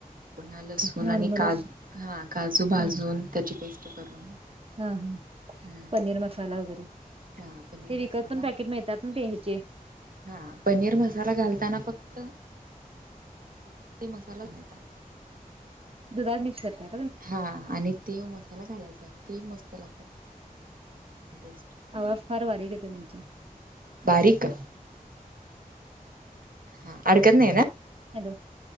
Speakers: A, on the right; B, on the right.
A: पुन्हा लसूण
B: नॉर्मलच
A: आणि का हा काजू भाजून
B: हा
A: त्याची पेस्ट करून
B: हा हा
A: हम्म
B: पनीर मसाला वगैरे
A: हा पनीर
B: ते विकत
A: मसाला
B: पण पॅकेट मिळतात ना ते ह्याचे
A: हा पनीर मसाला घालताना फक्त ते मसाला द्यायचा.
B: दुधात मिक्स करतात.
A: हा आणि तेव मसाला घालायचा ते मस्त लागतात. <inaudible>
B: आवाज फार बारीक येतो तुमचा.
A: बारीक. हा अडकत नाही ना?
B: हॅलो